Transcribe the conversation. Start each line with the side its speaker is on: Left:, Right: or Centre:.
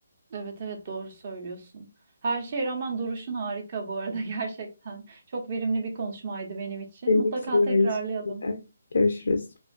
Right: Evet evet doğru söylüyorsun. Her şeye rağmen duruşun harika bu arada <laughs> gerçekten. Çok verimli bir konuşmaydı benim için.
Left: Benim
Right: Mutlaka
Left: için de
Right: tekrarlayalım.
Left: aynı şekilde. Görüşürüz.